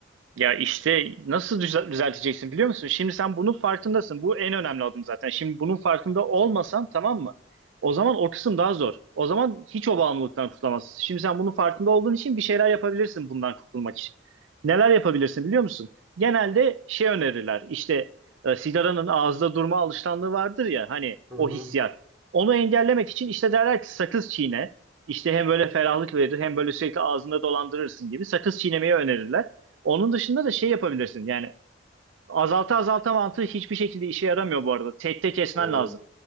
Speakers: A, on the right (about 75°); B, in the centre.
A: Ya işte nasıl düze- düzelteceksin biliyor musun? Şimdi sen bunun farkındasın. Bu en önemli adım zaten. Şimdi bunun farkında olmasan tamam mı? O zaman o kısım daha zor. O zaman hiç o bağımlılıktan kurtulamazsın. Şimdi sen bunun farkında olduğun için bir şeyler yapabilirsin bundan kurtulmak için. Neler yapabilirsin biliyor musun? Genelde şey önerirler. İşte e, sigaranın ağızda durma alışkanlığı vardır ya hani
B: Hı
A: o
B: hı.
A: hissiyat. Onu engellemek için işte derler ki sakız çiğne. İşte hem böyle ferahlık verir hem böyle sürekli ağzında dolandırırsın gibi sakız çiğnemeyi önerirler. Onun dışında da şey yapabilirsin. Yani azalta azalta mantığı hiçbir şekilde işe yaramıyor bu arada. Tek tek kesmen
B: Evet.
A: lazım.